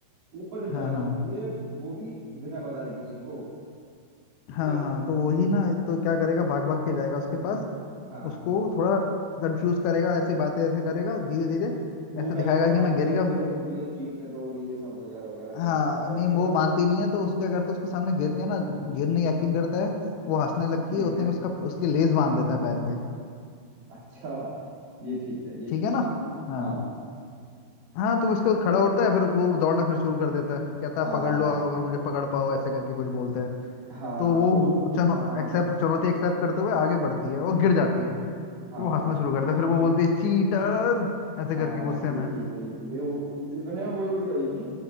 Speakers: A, on the right; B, on the left.
A: ऊपर
B: हाँ
A: जा चुकी
B: हाँ
A: है वो भी बिना बताए किसी को
B: हाँ
A: ठीक है
B: हाँ तो वही ना तो क्या करेगा भाग भाग के जाएगा उसके पास
A: हाँ
B: उसको थोड़ा कंफ्यूज करेगा ऐसी बातें ऐसे करेगा धीरे धीरे
A: वो
B: ऐसे
A: कहेगा
B: दिखाएगा
A: कि
B: कि
A: हाँ
B: मैं
A: मुझे
B: गिर गया
A: मुझे मुझे जीतने दो ये सब वगैरह वगैरह
B: हाँ
A: करने दे पहले
B: नहीं
A: कहेगा
B: वो मानती नहीं है तो उसके अगर तो उसके सामने गिर के ना गिरने की एक्टिंग करता है वो हंसने लगती
A: ठीक
B: है उतने
A: है
B: में उसका उसके लेस बांध देता है पैर के
A: अच्छा ये ठीक है ये
B: ठीक
A: ठीक
B: है ना
A: है
B: हाँ
A: हाँ
B: हाँ तो उसके बाद खड़ा होता है फिर वो दौड़ना फिर शुरू कर देता है कहता
A: हाँ
B: है पकड़ लो अगर मुझे पकड़ पाओ ऐसे करके कुछ बोलता है
A: हाँ
B: तो वो
A: तो वो
B: चनो
A: हाँ हाँ
B: एक्सेप्ट
A: बताओ
B: चुनौती एक्सेप्ट करते हुए आगे बढ़ती है वो गिर जाती है फिर
A: हाँ
B: वो हंसना शुरू करता है फिर वो बोलती है चीटर ऐसे
A: हाँ
B: करके गुस्से
A: ये
B: में
A: ठीक है ये ठीक है वो इतने में वो ये कहेगी